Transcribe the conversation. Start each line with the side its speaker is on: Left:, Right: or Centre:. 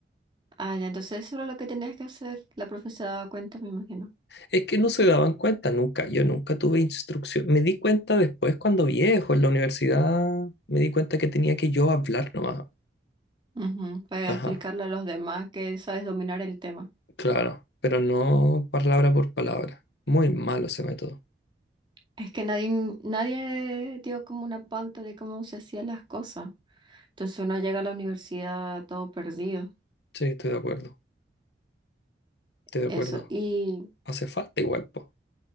Right: Ah, ya, entonces eso era lo que tenías que hacer. La profe se daba cuenta, me imagino.
Left: Es que no se daban cuenta nunca, yo nunca tuve instrucción. Me di cuenta después cuando viejo en la universidad, me di cuenta que tenía que yo hablar nomás.
Right: Ujú, Para
Left: Ajá,
Right: explicarle a los demás que sabes dominar el tema.
Left: claro, pero no palabra por palabra. Muy malo ese método.
Right: Es que nadie, nadie dio como una pauta de cómo se hacían las cosas. Entonces uno llega a la universidad todo perdido.
Left: Sí, estoy de acuerdo, estoy de
Right: Eso.
Left: acuerdo.
Right: Y
Left: Hace falta igual, po.